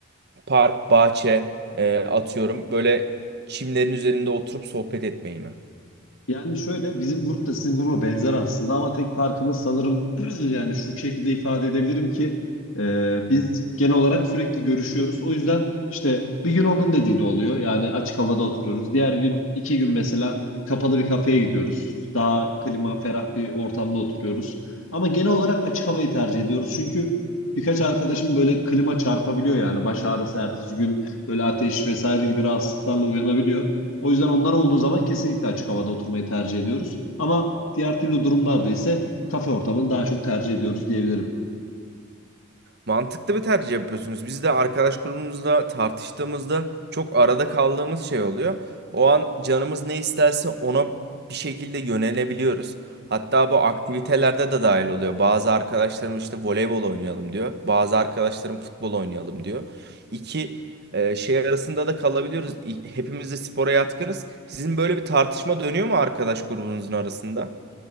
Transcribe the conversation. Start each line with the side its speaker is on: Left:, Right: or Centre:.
Right: park, bahçe e, atıyorum böyle çimlerin üzerinde oturup sohbet etmeyi mi?
Left: Yani şöyle bizim grup da sizin gruba benzer aslında ama tek farkımız sanırım <clears throat> yani şu şekilde ifade edebilirim ki e, biz genel olarak sürekli görüşüyoruz. O yüzden işte bir gün onun dediğini oluyor yani açık havada oturuyoruz. Diğer gün iki gün mesela kapalı bir kafeye gidiyoruz. Daha klima ferah bir ortamda oturuyoruz. Ama genel olarak açık havayı tercih ediyoruz. Çünkü birkaç arkadaşım böyle klima çarpabiliyor yani baş ağrısı ertesi gün böyle ateş vesaire gibi rahatsızlıklarla uyanabiliyor. O yüzden onlar olduğu zaman kesinlikle açık havada oturmayı tercih ediyoruz. Ama diğer türlü durumlarda ise kafe ortamını daha çok tercih ediyoruz diyebilirim.
Right: Mantıklı bir tercih yapıyorsunuz. Biz de arkadaş grubumuzda tartıştığımızda çok arada kaldığımız şey oluyor. O an canımız ne isterse ona bir şekilde yönelebiliyoruz. Hatta bu aktivitelerde de dahil oluyor. Bazı arkadaşlarım işte voleybol oynayalım diyor. Bazı arkadaşlarım futbol oynayalım diyor. İki e, şey arasında da kalabiliyoruz. İ- Hepimiz de spora yatkınız. Sizin böyle bir tartışma dönüyor mu arkadaş grubunuzun arasında?